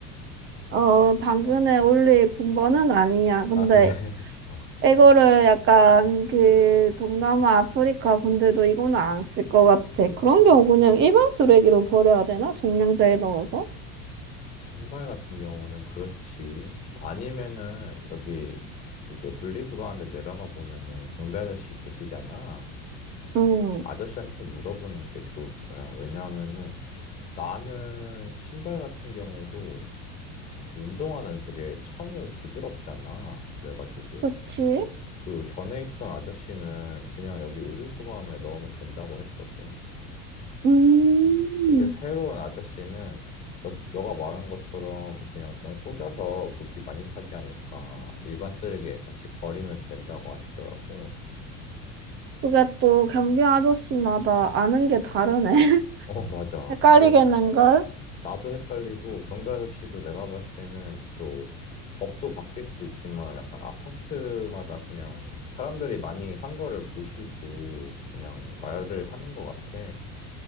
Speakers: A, on the right; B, on the left.
A: 어, 당근에 올릴 군번은 아니야. 근데
B: 아, 그래. <laughs> 아,
A: 이거를 약간 그 동남아 아프리카 분들도 이거는 안 쓸 것 같아. 그런 경우 그냥 일반 쓰레기로 버려야 되나? 종량제에 넣어서?
B: 신발 같은 경우는 그렇지. 아니면은 저기 이제 분리수거하는데 내려가 보면은 경비 아저씨 계시잖아.
A: 응.
B: 아저씨한테 물어보는 게 좋을 거야. 왜냐하면은 나는 신발 같은 경우도 그 운동화는 되게 천을 부드럽잖아. 그래가지고
A: 그치?
B: 그 전에 있던 아저씨는 그냥 여기 의류수거함에 넣으면 된다고 했거든.
A: 음.
B: 근데 새로운 아저씨는 너, 너가 말한 것처럼 그냥 좀 구겨서 부피 많이 차지하니까 일반 쓰레기에 같이 버리면 된다고 하시더라고.
A: 그게 또 경비 아저씨마다 아는 게 다르네. <laughs>
B: 어, 맞아.
A: 헷갈리겠는걸?
B: 이게 나도 헷갈리고 경비 아저씨도 내가 봤을 때는 또 법도 바뀔 수도 있지만 약간 아파트마다 그냥 사람들이 많이 한 거를 보시고 그냥 말을 하는 것 같아.